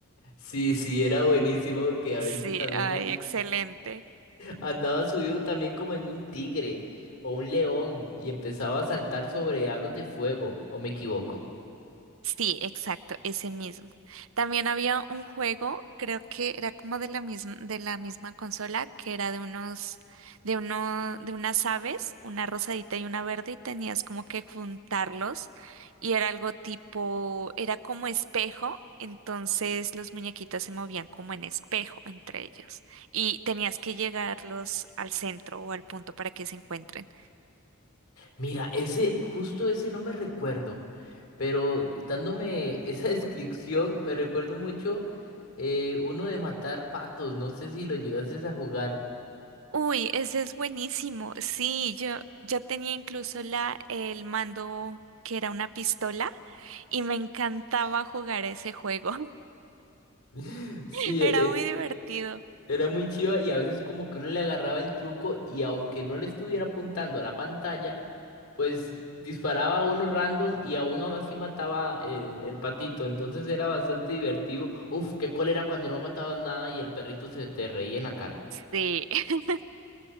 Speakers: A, on the left; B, on the right.
A: sí, sí, era buenísimo que a
B: Sí,
A: veces también
B: ay,
A: an-
B: excelente.
A: andaba subido también como en un tigre o un león y empezaba a saltar sobre aros de fuego, ¿o me equivoco?
B: Sí, exacto, ese mismo. También había un juego, creo que era como de la misma, de la misma consola, que era de unos, de uno, de unas aves, una rosadita y una verde, y tenías como que juntarlos, y era algo tipo, era como espejo, entonces los muñequitos se movían como en espejo entre ellos, y tenías que llegarlos al centro o al punto para que se encuentren.
A: Mira, ese, justo ese no me recuerdo, pero dándome esa <laughs> descripción, me recuerdo mucho eh, uno de matar patos, no sé si lo llegases a jugar.
B: Uy, ese es buenísimo. Sí, yo, yo tenía incluso la, el mando que era una pistola y me encantaba jugar ese juego.
A: <laughs> Sí,
B: <laughs>
A: e-
B: Era
A: e-
B: muy divertido.
A: era muy chido y a veces como que uno le agarraba el truco y aunque no le estuviera apuntando a la pantalla, pues disparaba a uno random y aún así mataba eh, el, patito, entonces era bastante divertido. Uf, qué cólera cuando no mataban nada y el perrito se te reía en la cara.
B: Sí, <laughs>